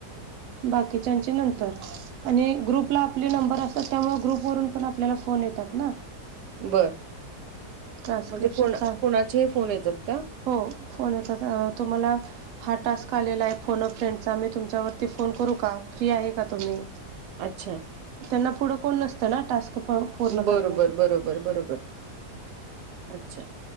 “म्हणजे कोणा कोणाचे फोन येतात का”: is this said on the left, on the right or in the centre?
Right